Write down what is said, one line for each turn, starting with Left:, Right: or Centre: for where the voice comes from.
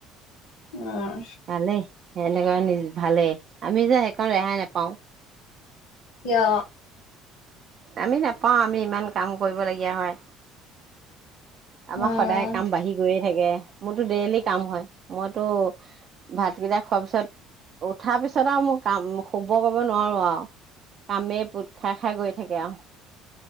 Left: উম
Right: পালে সেনেকা নিজ ভালেই, আমি যে সেইকণ ৰেহাই নাপাওঁ
Left: কিয়?
Right: আমি নাপাও আমি ইমান কাম কৰিবলগীয়া হয়। আমাৰ
Left: উম
Right: সদায় কাম বাঢ়ি গৈয়ে থাকে। মোৰতো ডেইলি কাম হয়। মইতো ভাতকেইটা খোৱাৰ পিছত, উঠাৰ পিছত আৰু মোৰ কাম- শুব কৰিব নোৱাৰোঁ আৰু। কামেই পোট খাই- খাই গৈ থাকে আৰু।